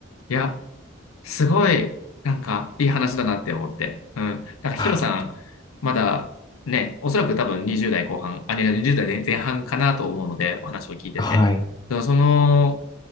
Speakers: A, on the left; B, on the left.
A: いや、すごい、なんか、いい話だなって思って。うん。なんか、ヒロさん、
B: あ、
A: まだ、ね、おそらく多分20代後半、あ、いや20代前前半かなと思うので、お話を聞いてて。
B: はい、
A: でも、その、